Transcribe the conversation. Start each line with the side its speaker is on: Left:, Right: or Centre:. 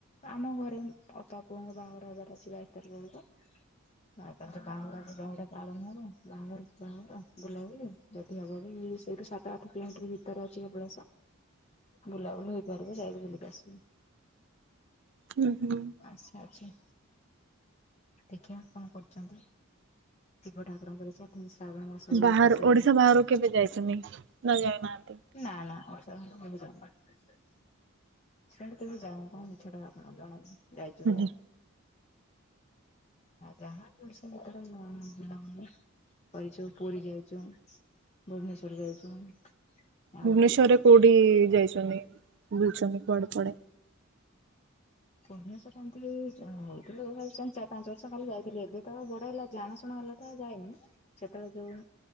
Left: ଆମ ଘରେ ଅପା ପୁଅଙ୍କ ବାହାଘର ହେବାର ଅଛି ବାଇଶ ତାରିଖ ବେଳକୁ। ଆଉ ତାରେ ବାହୁଡାକୁ ବାହୁଡା ପାଳନ ହବ। ବାହାଘର ବାହାହେବ ବୁଲାବୁଲି ଯଦି ହବ କି ସେଇଠୁ ସାତ ଆଠ କିଲୋମିଟର ଭିତରେ ଅଛି କପିଳାସ। ବୁଲାବୁଲି ହେଇପାରିବ ଯାଇକି ବୁଲିକି ଆସିବି।
Right: ହୁଁ ହୁଁ
Left: ଆଶା ଅଛି। ଦେଖିବା କଣ କରୁଛନ୍ତି? ଶିବ ଠାକୁରଙ୍କର ଚାଠ ଶ୍ରାବଣ ମାସ ବି
Right: ବାହାର
Left: ପଶିଗଲା।
Right: ଓଡିଶା ବାହାରକୁ କେବେ ଯାଇଛନ୍ତି ନା ଯାଇନାହାନ୍ତି?
Left: ନା ନା। <unintelligible> ସେଠୁ ତବେ ଯାଉ କଣ ମିଛଟାରେ ଆପଣ ଜଣାଅନି ଯାଇଛି
Right: ହୁଁ
Left: ବୋଲି।
Right: ହୁଁ।
Left: ଯାହା ଜିନିଷ ପତ୍ର <unintelligible> କରିଛୁ ପୁରୀ ଯାଉଛୁ। ଭୁବନେଶ୍ୱର ଯାଇଛୁ। ଆଉ
Right: ଭୁବନେଶ୍ଵରରେ କୋଉଠି ଯାଇଛନ୍ତି? ବୁଲୁଛନ୍ତି କୁଆଡେ କୁଆଡେ?
Left: ଭୁବନେଶ୍ୱର ଏମିତି ଚାରି, ପାଞ୍ଚ ବର୍ଷ କାଲି ଯାଇଥିଲି। ଏବେ ତ ବଡ ହେଇଲା ଜାଣା ଶୁଣା ହେଲା ତ ଆଉ ଯାଇନି। ସେତେବେଳେ ଯୋଉ